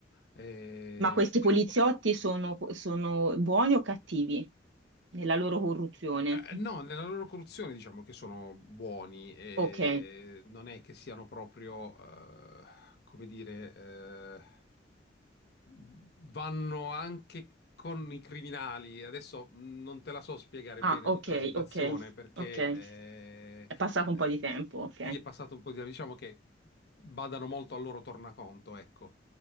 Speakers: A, on the left; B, on the right.
A: Eh,
B: Ma questi
A: poi
B: poliziotti sono sono buoni o cattivi nella loro corruzione?
A: Eh, No, nella loro corruzione diciamo che sono buoni, e
B: Ok,
A: non è che siano proprio, eh, come dire, eh, vanno anche con i criminali. Adesso mh, non te la so spiegare
B: Ah,
A: bene
B: ok,
A: tutta la situazione
B: ok,
A: perché
B: ok.
A: eh,
B: È passato un
A: eh,
B: po' di tempo, ok,
A: sì, è passato un po' di tempo, diciamo che badano molto al loro tornaconto, ecco,